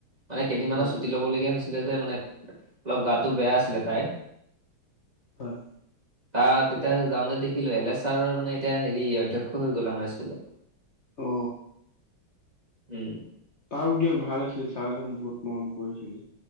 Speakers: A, on the right (about 20°); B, on the left (about 40°).
A: মানে কেইদিনমানৰ
B: হয়,
A: ছুটি ল'ব লগীয়া হৈছে। ছিলে যে মানে অলপ গাটো বেয়া আছিলে তাইৰ
B: হয়।
A: তাত এতিয়া যাওঁতে দেখিলো এল এছ ছাৰৰ মানে এতিয়া হেৰি অধ্যক্ষ হৈ গ'ল আমাৰ স্কুলত।
B: অ।
A: উম।
B: তাক দিয়ক ভাল আছিল চাৰজন বহুত মৰম কৰিছিল।